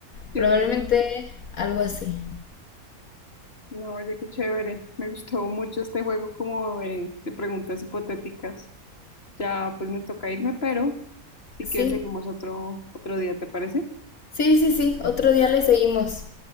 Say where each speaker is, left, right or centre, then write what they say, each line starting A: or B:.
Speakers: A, on the left (about 45°); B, on the left (about 70°).
A: Sí,
B: probablemente
A: es verdad.
B: algo así.
A: No, oye, qué chévere. Me gustó mucho este juego como de, de preguntas hipotéticas. Ya pues me toca irme, pero si
B: Sí,
A: quieres seguimos otro, otro día, ¿te parece?
B: sí, sí, sí. Otro día le seguimos.